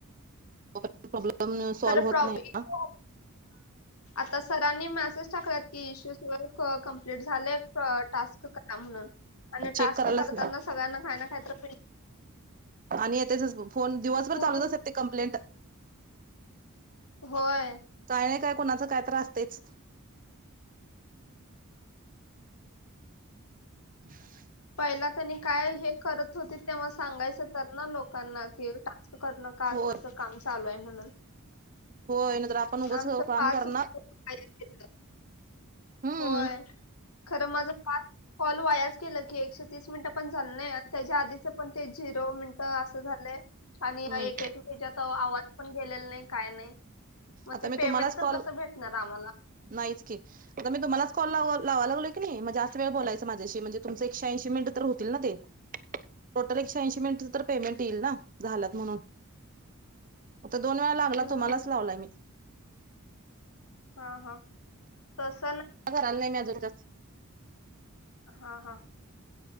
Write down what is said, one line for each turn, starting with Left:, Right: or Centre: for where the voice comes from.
Right: प्रॉब्लेम सॉल्व
Left: खरं प्रॉब्लेम
Right: होत नाही ना
Left: आता सरांनी मेसेज टाकलात की इश्यू कंपलीट झालं टास्क करा म्हणून आणि टास्क
Right: चेक करायलाच
Left: करताना
Right: नाही
Left: सगळ्यांना खायना खाय तर
Right: आणि येत फोन दिवसभर
Left: पूर्ण
Right: चालूतच ते कंप्लेंट
Left: होय.
Right: काय नाही काय कोणाच काय तर असतेच <unintelligible>
Left: त्यांनी काय हे करत होती तेव्हा सांगायच तर ना लोकांना कि करण का असं
Right: होय
Left: अस काम चालू आहे म्हणून
Right: होय नाहीतर आपण उगच
Left: आमचं
Right: काम
Left: पाच
Right: करणार
Left: वाया गेलं
Right: हम्म
Left: होय खरं माझ पाच कॉल वायाच केलं की एकशे तीस मिनिटं पण झालं नाही आणि त्याच्या आधीच पण ते झिरो मिनट असं झालंय आणि
Right: हम्म
Left: एक एक हच्यात आवाज पण गेलेला नाही काय नाही. मग
Right: आता
Left: ते
Right: मी
Left: पेमेंट
Right: तुम्हालाच
Left: तर
Right: कॉल
Left: कसं भेटणार आम्हाला?
Right: नाहीच की आता मी तुम्हाला कॉल लावा लावा लागलोय की नाही म्हणजे आच वेळ बोलायचं माझ्याशी म्हणजे तुमं एकशे ऐंशी मिनिट तर होतील ना ते टोटल एकशे ऐंशी मिनिट तर पेमेंट येईल ना झालात म्हणून आता दोन वेळा लागला
Left: हम्म
Right: तुम्हालाच लावलाय मी
Left: हा हा तस
Right: काय करायला नाही मी अजून तर
Left: हा हा